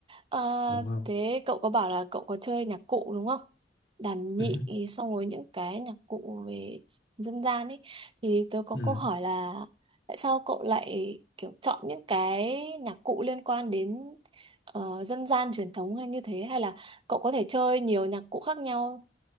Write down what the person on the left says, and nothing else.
đúng không
ừ
ừ